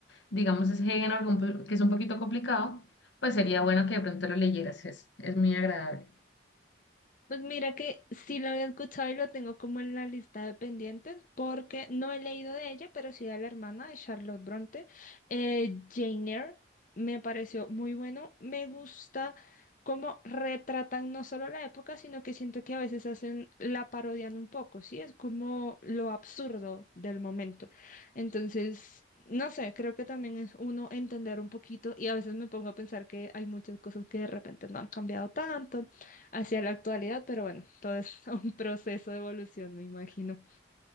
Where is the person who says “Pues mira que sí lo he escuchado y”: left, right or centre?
Left